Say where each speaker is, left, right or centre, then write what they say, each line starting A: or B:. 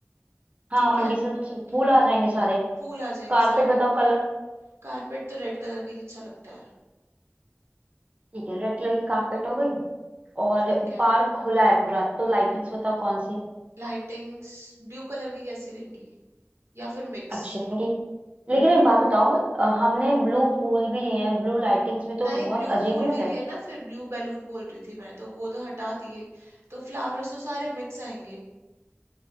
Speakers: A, on the right; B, on the right.
A: हाँ
B: ठीक
A: मंडी
B: है
A: से सब
B: हम्म
A: फूल आ जाएंगे सारे
B: फूल आ जाएंगे
A: कारपेट
B: सारे
A: बताओ कलर
B: कारपेट तो रेड कलर का ही अच्छा लगता है
A: ठीक है रेड कलर की कारपेट हो गई और
B: ठीक है
A: पार्क खुला है पूरा तो लाइटिंग्स बताओ कौन सी
B: लाइटिंग्स ब्लू कलर की कैसी रहेंगी या फिर मिक्स
A: अच्छी रहेंगी लेकिन एक बात बताओ अ, हमने ब्लू फूल भी लिए हैं ब्लू लाइटिंग्स भी तो
B: नहीं
A: बहुत
B: ब्लू
A: अजीब
B: फूल
A: नहीं
B: नहीं
A: हो जाएगा
B: लिए ना फिर ब्लू बैलून बोल रही थी मैं तो वो तो हटा दिए तो फ्लावर्स तो सारे मिक्स आएंगे